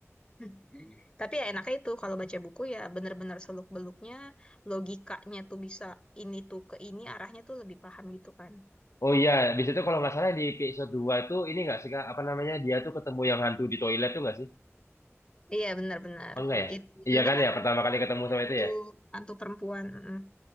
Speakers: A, on the left; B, on the left.
A: <laughs> Tapi ya enaknya itu kalau baca buku ya bener-bener seluk-beluknya, logikanya tuh bisa ini tuh ke ini, arahnya tuh lebih paham gitu kan.
B: oh iya di situ kalau nggak salah di episode 2 itu ini nggak sih Kak? apa namanya dia tuh ketemu yang hantu di toilet tuh nggak sih
A: Iya benar-benar.
B: apa enggak ya
A: Itu
B: iya
A: benar-benar
B: kan ya pertama kali ketemu sama
A: hantu
B: itu ya
A: hantu perempuan. Mm.